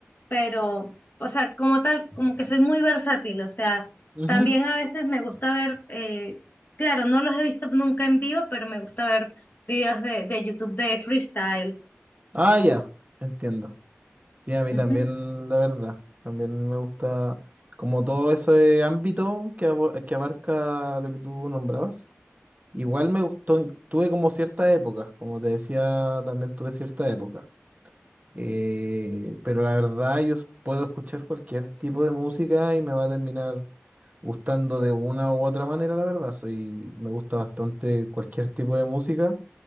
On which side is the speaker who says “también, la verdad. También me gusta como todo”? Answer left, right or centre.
Right